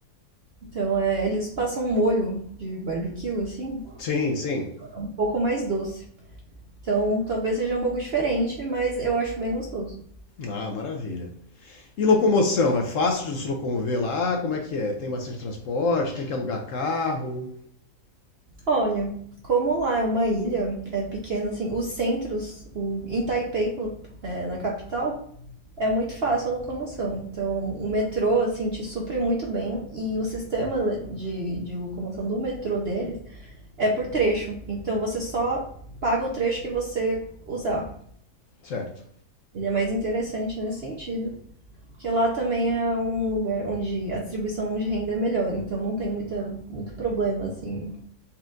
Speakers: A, on the right (about 55°); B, on the left (about 65°).
A: Então, é, eles passam um molho de barbecue, assim,
B: Sim, sim.
A: um pouco mais doce. Então, talvez seja um pouco diferente, mas eu acho bem gostoso.
B: Ah, maravilha. E locomoção? É fácil de se locomover lá? Como é que é? Tem bastante transporte? Tem que alugar carro?
A: Olha, como lá é uma ilha, é pequena, assim, os centros, o, em Taipei, pelo- é, na capital, é muito fácil a locomoção. Então, o metrô, assim, te supre muito bem e o sistema de, de locomoção do metrô deles é por trecho. Então, você só paga o trecho que você usar.
B: Certo.
A: Ele é mais interessante nesse sentido. Porque lá também é um lugar onde a distribuição de renda é melhor, então não tem muita, muito problema, assim,